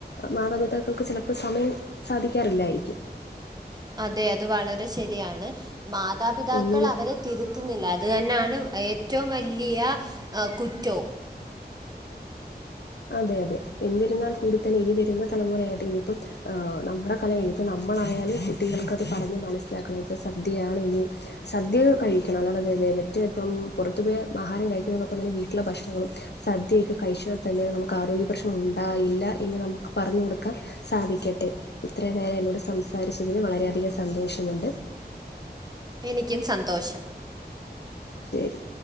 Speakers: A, on the left (about 80°); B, on the right (about 25°).
A: മാതാപിതാക്കൾക്ക് ചിലപ്പോ സമയം സാധിക്കാറില്ലായിരിക്കും
B: അതെ അത് വളരെ ശരിയാണ് മാതാപിതാക്കൾ
A: എന്നിരു
B: അവരെ തിരുത്തുന്നില്ല അത് തന്നെയാണ് ഏറ്റവും വലിയ കുറ്റവും
A: അതെ അതെ എന്നിരുന്നാൾ കൂടുതന്നെ ഇനി വരുന്ന തലമുറയായിട്ട് ഇനിയിപ്പം ഹ് നമ്മുടെ കൈയിലാ ഇപ്പൊ നമ്മളായാലും കുട്ടികൾക്ക് അത് പറഞ്ഞ് മനസ്സിലാക്കണം ഇപ്പൊ സദ്യയാണ് ഇനി സദ്യ ഒക്കെ കഴിക്കണം അല്ലാത മറ്റേ ഇപ്പം പുറത്തുപോയി ആഹാരം കഴിക്കുന്നതോടൊപ്പം തന്നെ വീട്ടിലുള്ള ഭക്ഷണവും സദ്യയൊക്കെ കഴിച്ചൽ തന്നെ നമുക്ക് ആരോഗ്യ പ്രശ്നം ഉണ്ടാവില്ല എന്ന് നമുക്ക് പറഞ്ഞു കൊടുക്കാൻ സാധിക്കട്ടെ ഇത്രയും നേരം എന്നോട് സംസാരിച്ചതിന് വളരെയധികം സന്തോഷമുണ്ട്
B: എനിക്കും സന്തോഷം
A: ശരി